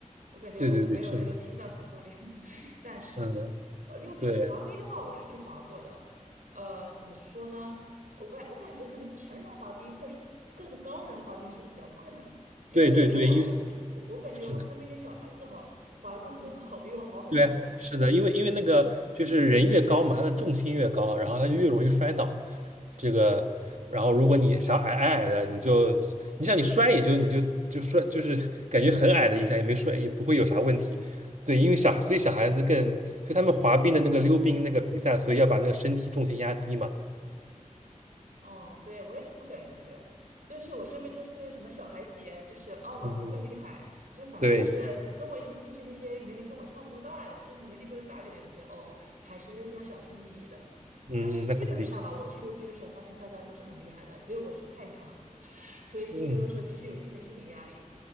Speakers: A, on the right (about 85°); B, on the right (about 65°).
A: 我感觉我可能没有那个心脏承受力，
B: 对对对，是的，
A: <laughs> 暂时吧。
B: 嗯，
A: 呃，溜冰滑冰的话，
B: 对
A: 我是去滑过的。呃，怎么说呢？我感我感觉可能成人滑冰或者是个子高人滑冰是不是比较困难啊？因为因为我身边，
B: 对对对，因为。
A: 我我感觉我身边的小孩子哈，
B: 是的。
A: 滑的都很好，比我好很多。
B: 对，是的，因为因为那个就是人越高嘛，他的重心越高，然后他就越容易摔倒。这个，然后如果你想矮矮矮的，你就你想你摔也就你就就摔，就是感觉很矮的一下也没摔，也不会有啥问题。对，因为小所以小孩子更，所以他们滑冰的那个溜冰那个比赛，所以要把那个身体重心压低嘛。
A: 嗯，对，我也这么感觉，就是我身边都是那什么小孩姐，就是哦玩得特别厉害，
B: 嗯，
A: 就是反而是跟我一起进去那些年龄跟我差不多大的，
B: 对，
A: 甚至年龄比我大一点的，有些哦还是溜冰要小心翼翼的。
B: 嗯，
A: 但是基本上吧，
B: 嗯那肯定，
A: 我去溜冰的时候，发现大家都是很厉害的，只有我是菜鸟，<laughs> 所以去溜的时候其实有一定的心理压力。
B: 嗯，